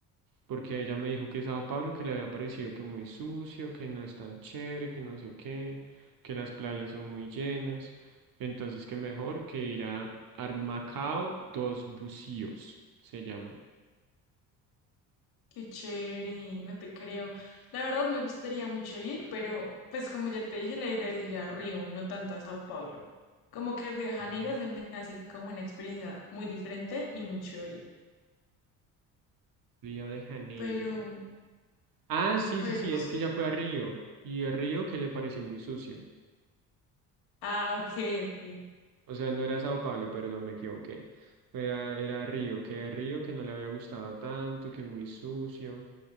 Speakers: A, on the right; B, on the left.
A: Porque ella me dijo que Sao Paulo, que le había parecido que muy sucio, que no es tan chévere, que no sé qué, que las playas son muy llenas. Entonces, que mejor que ir a Armacao dos Bucíos, se llama.
B: Qué chévere, no te creo. La verdad me gustaría mucho ir, pero pues como ya te dije, la idea es ir a Río, no tanto a Sao Paulo. Como que Río de Janeiro
A: Ah,
B: se me hace como una experiencia muy diferente y muy chévere.
A: Río de Janeiro.
B: pero,
A: Ah, sí,
B: pero
A: sí, sí,
B: es...
A: es que ya fue a Río. Y el Río que le pareció muy sucio.
B: Ah, ok, ok.
A: O sea, no era Sao Paulo, perdón, me equivoqué. Era, era Río, que Río que no le había gustado tanto, que muy sucio,